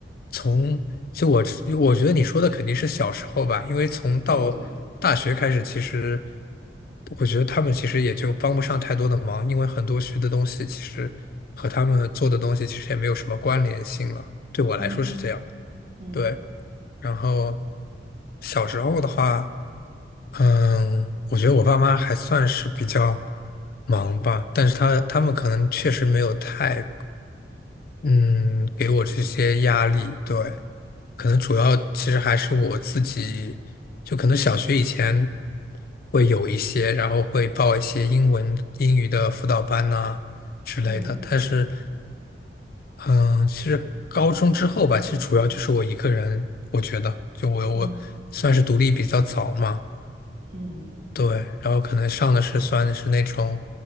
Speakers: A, on the left; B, on the right.
A: 从就我我觉得你说的肯定是小时候吧，因为从到大学开始，
B: 对对，
A: 其实我觉得他们其实也就帮不上太多的忙，因为很多学的东西其实和他们做的东西其实也没有什么关联性了，对我来说是这样。
B: 嗯嗯
A: 对，然后小时候的话，嗯，我觉得我爸妈还算是比较忙吧，但是他他们可能确实没有太，嗯，给我这些压力。对，可能主要其实还是我自己，就可能小学以前会有一些，然后会报一些英文英语的辅导班呐、之类的，
B: 嗯
A: 但是。嗯，其实高中之后吧，其实主要就是我一个人，我觉得，就我我算是独立比较早嘛，
B: 嗯嗯，
A: 对，然后可能上的是算是那种